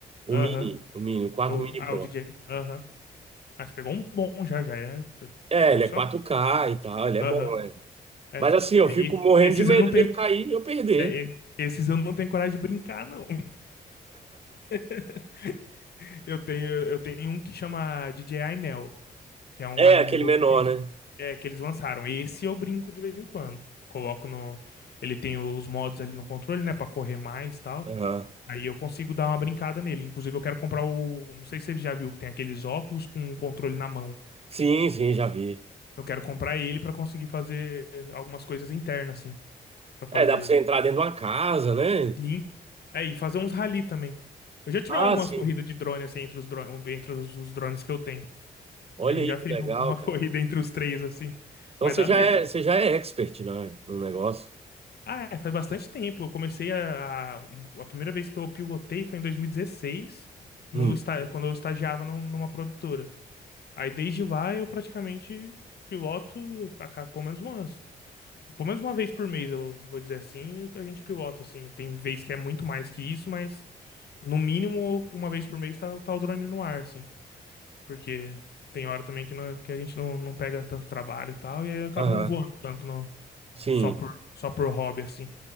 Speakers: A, on the right; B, on the left.
A: o
B: Aham.
A: Mini, o Mini, o quatro
B: O-
A: Mini
B: Ah,
A: Pro.
B: o DJI. Aham. Ah, você pegou um bom já, já. É,
A: É,
B: é profissional.
A: ele é quatro k e tal, ele é
B: Aham.
A: bom, né?
B: É.
A: Mas assim, eu
B: É,
A: fico
B: esse-
A: morrendo
B: Esses
A: de medo
B: eu não tenho
A: dele cair e eu perder.
B: É, e- esses eu não tenho coragem de brincar, não. <laughs> Eu tenho, eu tenho um que chama DJI Neo, que é um
A: É, aquele
B: novo
A: menor,
B: que eles,
A: né?
B: é, que eles lançaram. Esse eu brinco de vez em quando. Coloco no. Ele tem os modos ali no controle, né, Pra correr mais e tal.
A: Aham.
B: Aí eu consigo dar uma brincada nele. Inclusive, eu quero comprar o. Não sei se você já viu que tem aqueles óculos com um controle na mão.
A: Sim, sim, já vi.
B: Eu quero comprar ele pra conseguir fazer algumas coisas internas, assim. Pra fazer
A: É, dá pra você entrar dentro de uma casa, né?
B: Sim. É, e fazer uns rally também. Eu já tirei
A: Ah,
B: umas
A: sim.
B: corridas de drone, assim, entre os drones, entre os, os drones que eu tenho.
A: Olha
B: A gente
A: aí
B: já
A: que
B: fez
A: legal,
B: um- uma
A: cara.
B: <laughs> corrida entre os três, assim.
A: Então
B: Mas
A: você
B: dá
A: já
B: medo.
A: é,
B: assim.
A: você já é expert, né, no negócio?
B: Ah, é, faz bastante tempo. Eu comecei a, a. um- A primeira vez que eu pivotei foi em 2016, no,
A: Hum,
B: esta- quando eu estagiava num- numa produtora. Aí desde lá eu praticamente piloto a, ca- pelo menos umas. Pelo menos uma vez por mês, eu vou dizer assim, que a gente pilota, assim. Tem vez que é muito mais que isso, mas. no mínimo, uma vez por mês tá, tá o drone no ar, assim. Porque tem hora também que, não- que a gente não, não pega tanto trabalho e tal, e aí eu acabo
A: aham,
B: não voando tanto no-
A: sim.
B: só por, só por hobby, assim.